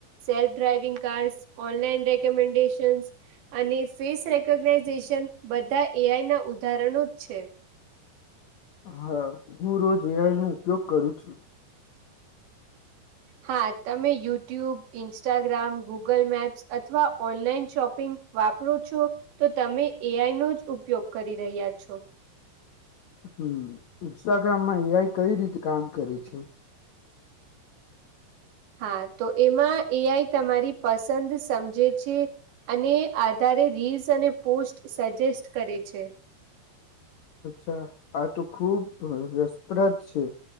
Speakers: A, on the right; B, on the left.
A: self driving cars online recommendations અને ફેસ રેકોગ્નાઇઝેશન બધા એઆઈ ના ઉદાહરણો જ છે
B: હા હું રોજ આનું ઉપયોગ કરું છું.
A: હા તમે યુટ્યુબ, ઇન્સ્ટાગ્રામ, ગૂગલ મેપ્સ અથવા ઓનલાઈન શોપિંગ વાપરો છો, તો તમે એ આઈ નો જ ઉપયોગ કરી રહ્યા છો.
B: હમ્મ. ઇન્સ્ટાગ્રામમાં એ આઈ કઈ રીતે કામ કરે છે?
A: હા તો એમાં એ આઈ તમારી પસંદ સમજે છે, અને આધારે રીલ્સ અને પોસ્ટ સજેસ્ટ કરે છે.
B: અચ્છા આ તો ખુબ રસપ્રદ છે.